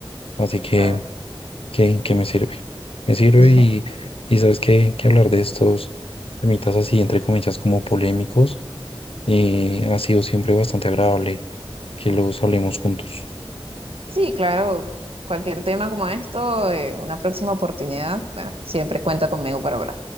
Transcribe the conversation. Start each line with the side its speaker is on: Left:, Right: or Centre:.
Left: Así que,
Right: claro.
Left: ¿qué, qué me sirve? Me sirve
Right: <laughs>
Left: y, y sabes que, que hablar de estos temitas así, entre comillas, como polémicos, eh, ha sido siempre bastante agradable que los hablemos juntos.
Right: Sí, claro. Cualquier tema como esto, eh, una próxima oportunidad, bueno, siempre cuenta conmigo para hablar.